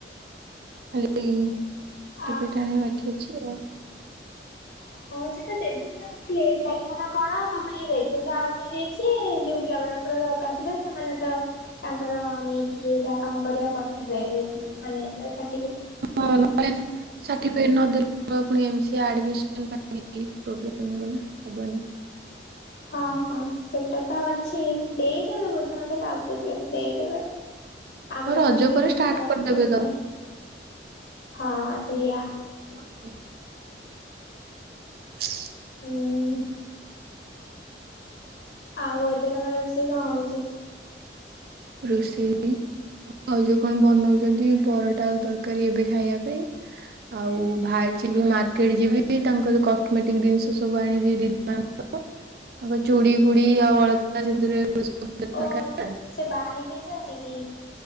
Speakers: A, on the right; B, on the left.
A: ହାଲି ହାଠିପିକେଟ୍
B: ଆ
A: ଆଣିବା ବାକି ଅଛି। <unintelligible>
B: ହଁ ସେଟା ଦେବେ ସେଇଟା ବୋଧେ ଲେଟ୍ ଲାଗିବ ନାଁ କଣ କ ପାଇଁ ରେଜଲ ତ ଆଉଟ୍ ହେଇ ଯାଇଚି ଯୋଉ ପିଲାମାନଙ୍କର ଦରକାର ଥିଲା ସେମାନେ ତ ତାଙ୍କର ନେଇକି ଯାହା କାମ କରିବା କରିଥିବେ ଏ ମାନେ ସେଟା ସା
A: ହଁ <unintelligible> ସାଟିଫିକେଟ ନ ଦେଲେ ପୁଣି ଏମ୍ ସିଏ ଆଡ଼ମି <unintelligible> ପ୍ରୋବଲେମ୍ <unintelligible> ହବନି।
B: ହଁ ହଁ ସେଟା ତ ଅଛି ଦେ ତମେ ବୋଧେ ମତେ ଲାଗୁଚି ଦେଇଦେବେ ଆମର
A: ହଁ ରଜ
B: ବି ମିଳିନି
A: ପରେ ଷ୍ଟାର୍ଟ
B: ତ
A: କରିଦେବେ
B: ସେଇଥିପାଇଁ
A: ତ
B: ହଁ ସେଇଆ।
A: ଉଁ ହଁ
B: ହଁ।
A: <unintelligible>
B: ଆଉ ଏବେ ତମର ରୋଷେଇ କଣ ହଉଚି?
A: ରୋଷେଇ ଭାଉଜ କଣ ବନଉଚନ୍ତି ପରଟା ଆଳୁ ତରକାରୀ ଏବେ ଖାଇବା ପାଇଁ ଆଉ ଭାଇଚି ମାର୍କେଟ ଯିବି ତାଙ୍କ ଯୋ କଷ୍ଟମେଟିକ ଦିନଷ ସବୁ ଆଣିବି ଦି <unintelligible> ଙ୍କର ତାଙ୍କ ଚୁଡ଼ି ଫୁଡି଼ ଆଉ ଅଳତା ସିନ୍ଦୁର ଏଗୁଡା ସବୁ
B: ଓ
A: ଦରକାର।
B: ସେ ବା ହେଇଯାଇ ଛନ୍ତି କି।